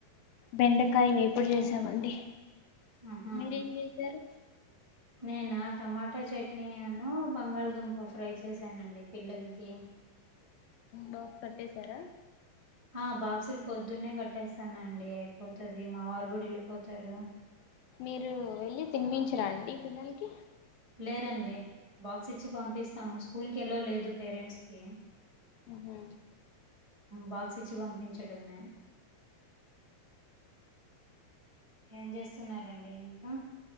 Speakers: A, on the left; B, on the right.
A: బెండకాయ వేపుడు చేసామండి
B: ఆహా
A: మీరేం చేశారు
B: నేనా టమాటా చట్నీ అను బంగాళదుంప ఫ్రై చేశానండి పిల్లలకి
A: బాక్స్ కట్టేశారా
B: ఆ బాక్సులు పొద్దున్నే కట్టేస్తానండి అయిపోతది మా వారు కూడా వెళ్ళిపోతారు
A: మీరు వెళ్ళి తినిపించరండి పిల్లలకి
B: లేరండి బాక్స్ ఇచ్చి పంపిస్తాము స్కూల్కి ఎలో లేదు పేరెంట్స్కిి
A: ఉహు
B: బాక్స్ ఇచ్చి పంపించడమే ఏం చేస్తున్నారండి ఇంకా